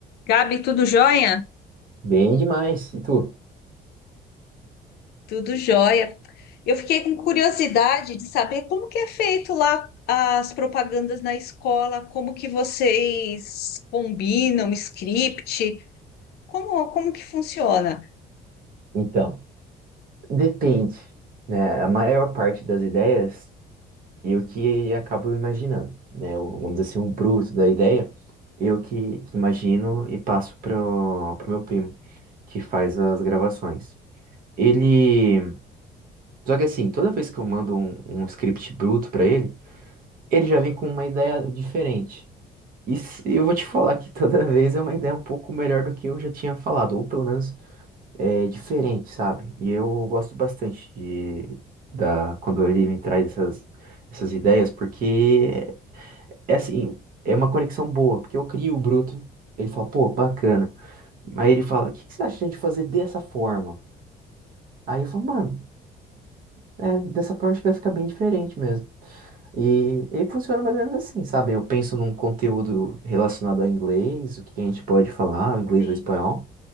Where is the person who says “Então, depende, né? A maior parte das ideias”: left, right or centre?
Right